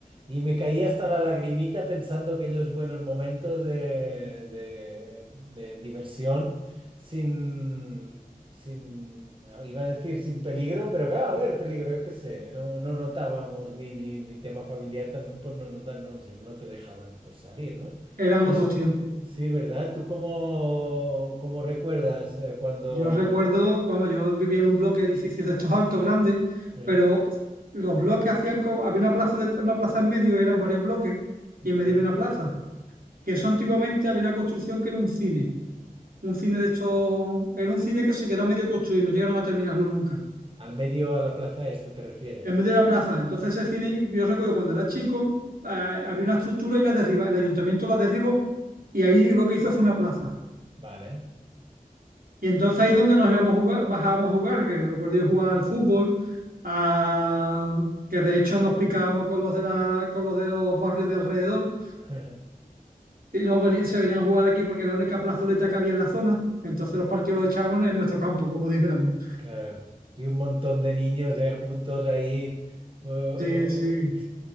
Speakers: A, on the right; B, on the right.
A: Y me caía hasta la lagrimita pensando aquellos buenos momentos de, de de diversión sin, sin, ah, iba a decir sin peligro, pero claro, a ver, peligro, yo qué sé, no, no notábamos ni, ni, ni tema familiar también, pues no notan, no, si no no te dejaban pues salir, ¿no?
B: eran
A: No
B: otros
A: s-
B: tiempos.
A: sí, ¿verdad? ¿Tú cómo, cómo recuerdas eh, cuando...
B: Yo recuerdo, vamos, yo vivía en un bloque de edificios de estos altos, grandes,
A: Sí.
B: pero los bloques hacían como, había una plaza, de- una plaza en medio, eran varios bloques,
A: ujú.
B: y en medio había una plaza, que eso antiguamente había una construcción que era un cine, un cine de estos, era un cine que se quedó a medio construir, no llegaron a terminarlo nunca,
A: Al medio, a la plaza esta te refieres.
B: en medio de la plaza. Entonces ese cine, yo recuerdo cuando era chico, eh, había una estructura y la derriba, el ayuntamiento la derribó, y ahí lo que hizo fue una plaza.
A: Vale.
B: Y entonces ahí es donde nos íbamos a jugar, bajábamos a jugar, que recuerdo yo jugar al fútbol, a- que de hecho nos picábamos con los de la, con los de los barrios de alrededor,
A: <laughs>
B: y nos veni- se venían a jugar aquí porque era la única plazoleta que había en la zona. Entonces los partidos los echábamos en nuestro campo, como dijeran.
A: Claro. Y un montón de niños eh, juntos ahí. Oh, oh,
B: Sí, sí.
A: oh,